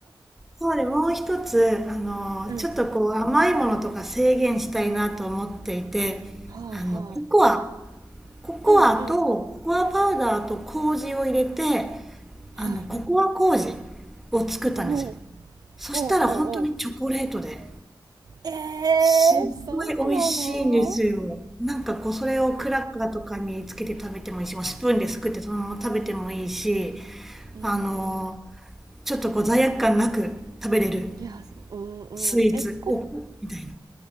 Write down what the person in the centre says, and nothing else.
そうで、もう一つ、あの、
ちょっとこう甘いものとか制限したいなと思っていて、
あの、ココア、ココアとココアパウダーと麹を入れて、
あの、ココア麹を作ったんですよ。
そしたら本当にチョコレートで、
すっごい美味しいんですよ。
なんかこう、それをクラッカーとかにつけて食べてもいいし、もうスプーンですくってそのまま食べてもいいし、
あの、ちょっとこう罪悪感なく食べれる
スイーツおみたい